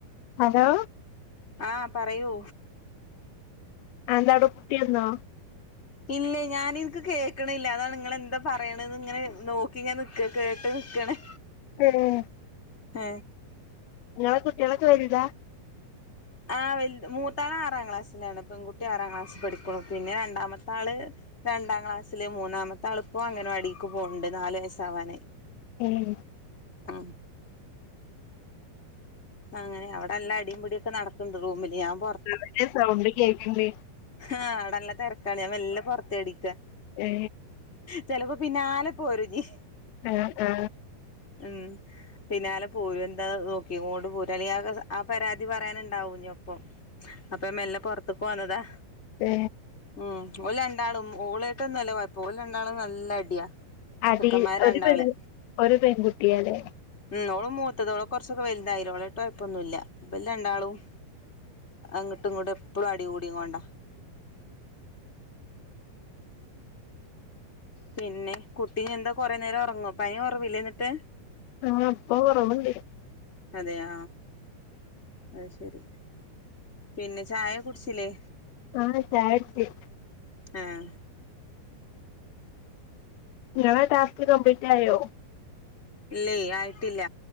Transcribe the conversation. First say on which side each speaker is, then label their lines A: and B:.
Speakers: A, on the left (about 85°); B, on the left (about 15°).
A: ഹലോ
B: ആ പറയൂ
A: ആ എന്താവടെ കുട്ടിയന്നോ
B: ഇല്ല ഞാനിൻക്ക് കേക്കണില്ല അതാണ് നിങ്ങെളെന്താ പറയണ് ഇങ്ങനെ നോക്കിങ്ങനെ നി ക്ക കേട്ട് നിക്കാണ്
A: <unintelligible>
B: എ
A: ഇങ്ങളെ കുട്ടിയാളൊക്കെ വലുതാ
B: ആ വൽത് മൂത്താൾ ആറാം ക്ലാസ്സിലാണ് പെൺകുട്ടി ആറാം ക്ലാസ്സിൽ പഠിക്കു പിന്നെ രണ്ടാമത്തെ ആള് രണ്ടാം ക്ലാസ്സില് മൂന്നാമത്തെ അളുപ്പ അങ്കന വടിക്ക് പോണ്ട് നാല് വയസ്സാവാനായി
A: ഏഹ്
B: ആ അങ്ങനെവിടെ നല്ല അടീം പുടീം ക്കെ നടക്കുന്നുണ്ട് റൂമില് ഞാൻ പോർ
A: അവന്റെ സൗണ്ട് കേക്ക്ണ്ട്
B: ആ അവിടെ നല്ല തെരക്കാണ് ഞാൻ മെല്ലെ പൊറത്താടിക്ക
A: ഏ
B: ചെലപ്പോ പിന്നാലെ പോരുഞ്ഞീ
A: എ ഏ
B: ഉം പിന്നാലെ പോയിന്താ നോക്കിങ്ങോണ്ട് പോരും അല്ലെങ്കി ആ പരാതി പറയാനുണ്ടാവും ഞ്ഞീ ഒപ്പം അപ്പൊ മെല്ലെ പൊറത്ത്ക്ക് വന്നതാ
A: ഏ
B: ഉം ഓല് രണ്ടാളും ഓളേട്ടും ന്നല്ല കൊഴപ്പം ഓല് രണ്ടാളും നല്ല അടിയാ
A: അത്
B: ചെക്കന്മാര്
A: ഒരു
B: രണ്ടാള്
A: പെണ്ണും ഒരു പെൺകുട്ടിയാലേ
B: മ് ഓള്മൂത്തതോള് കൊറച്ചൊക്കെ വലതായിലോള് കൊഴപ്പൊന്നുല്ല ഇമ്പല് രാണ്ടാളും അങ്ങട്ടും ഇങ്ങട്ടും എപ്പളും അടികൂടി കൊണ്ടാ പിന്നെ കുട്ടിന്നെന്താ കൊറേ നേരം ഒറങ്ങോ പനി കൊറവില്ലെ ന്നിട്ട്
A: ആ പ്പൊ കൊറവ്ണ്ട്
B: അതെയോ അയ്ശരി പിന്നെ ചായ കുടിച്ചില്ലേ
A: ആ ചായ കുടിച്
B: ഏഹ്
A: ങ്ങളെ ടാസ്ക് കംപ്ലീറ്റ് ആയോ
B: ഇല്ലില്ല ആയിട്ടില്ല